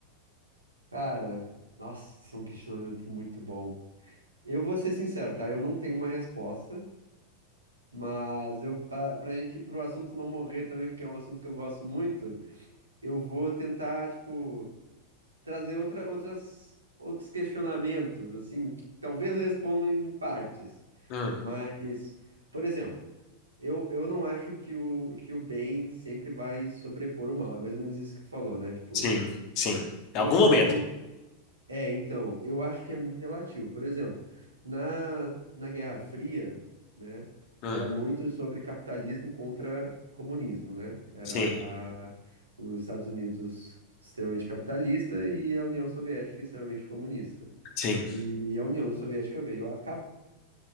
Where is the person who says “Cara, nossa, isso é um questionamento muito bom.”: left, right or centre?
Right